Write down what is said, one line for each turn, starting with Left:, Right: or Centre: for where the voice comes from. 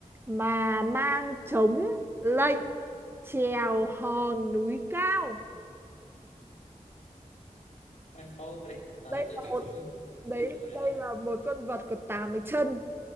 Right: mà mang chống lệnh trèo hòn núi cao.
Left: nó khó quá đi thôi
Right: Đây
Left: tới
Right: là
Left: chịu
Right: một
Left: thua <laughs> tới
Right: đấy
Left: chịu thua rồi
Right: đây
Left: đây
Right: là một con vật có tám cái chân